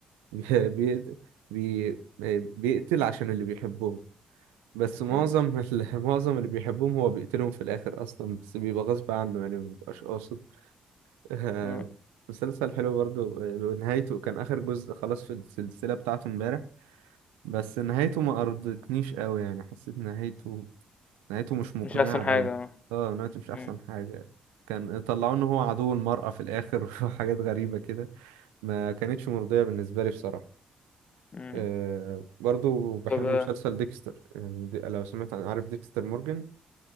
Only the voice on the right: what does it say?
<laughs> بيقتل بي آه، بيقتل عشان اللي بيحبهم بس معظم
ال- <laughs> معظم اللي بيحبهم هو بيقتلهم في الاخر اصلا بس بيبقى غصب عنه يعني ما بيبقاش قاصد <laughs> أه
مسلسل حلو برضه آه، نهايته كان اخر جزء خلاص في السلسلة بتاعته امبارح بس نهايته ما ارضتنيش قوي يعني حسيت نهايته نهايته مش مقنعة
قوي
اه نهايته مش
احسن حاجة كان طلعوا ان هو عدو المرأة في الاخر <laughs> وحاجات غريبة كده ما كانتش مرضية بالنسبة لي بصراحة
أه برضو بحب
مسلسل ديكستر يعني دي لو سمعت عن عارف ديكستر مورجان